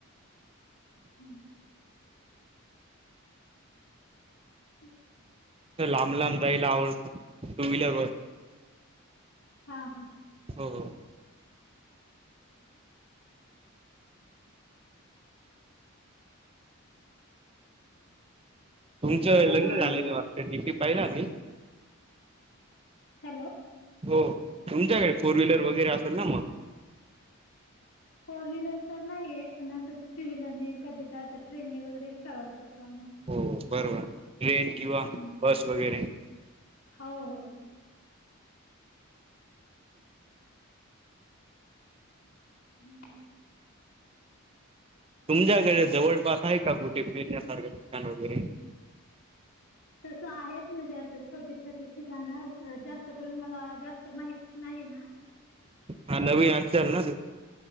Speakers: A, on the left (about 70°); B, on the right (about 25°).
A: हम् ह. हम.
B: लांब लांब जायला आवडतं टू व्हीलरवर.
A: हा हा.
B: हो हो. तुमचं
A: हां
B: लग्न
A: आणि
B: झालेलं वाटत डीपी पाहिलं आम्ही.
A: हॅलो
B: हो तुमच्याकडे फोर व्हीलर वगैरे असेल ना मग
A: फोर व्हीलर तर नाही पण असं टू व्हीलरने कधी तर अस ट्रेनने वगैरे प्रवास करतो आम्ही
B: हो बरोबर ट्रेन किंवा
A: हं.
B: बस वगैरे
A: हो हो त्यां हम्
B: तुमच्याकडे जवळपास आहे का कुठे फिरण्यासारखे दुकान वगैरे
A: तसं आहे म्हणजे असं छोटे छोटे ठिकाणं जास्त करून मला जास्त माहित नाही ना
B: हा नवीन असाल ना तुम्ही